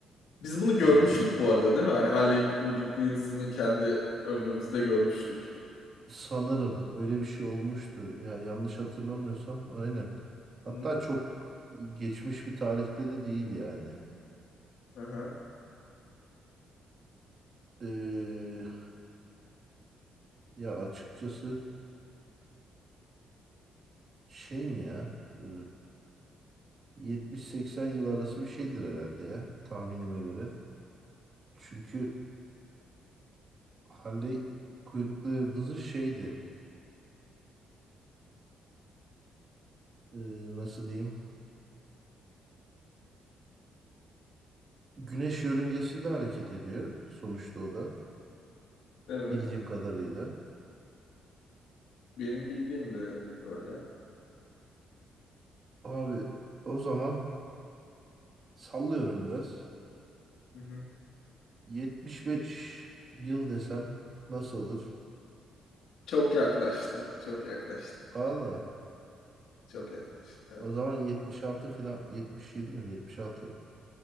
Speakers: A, on the left; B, on the right.
A: Biz bunu görmüştük
B: Abi.
A: bu arada değil mi? Hani Halley kuyruklu yıldızını kendi ömrümüzde görmüştük.
B: Sanırım öyle bir şey olmuştu. Ya yanlış hatırlamıyorsam aynen. Hatta
A: Hı-hı.
B: çok geçmiş bir tarihte de değil yani.
A: Aha.
B: Ee, ya açıkçası şey mi ya? Ee, 70-80 yıl arası bir şeydir herhalde ya tahminime göre. Çünkü Halley kuyruklu yıldızı şeydi. Ee, nasıl diyeyim? Güneş yörüngesinde hareket ediyor sonuçta o da
A: Evet.
B: bildiğim kadarıyla.
A: Benim bildiğim de öyle.
B: Abi o zaman sallıyorum biraz.
A: Hı-hı.
B: 75 yıl desem nasıl olur?
A: Çok yaklaştın. Çok yaklaştın.
B: Valla
A: Çok yaklaştın. Evet.
B: o zaman 76 falan 77 mi? 76.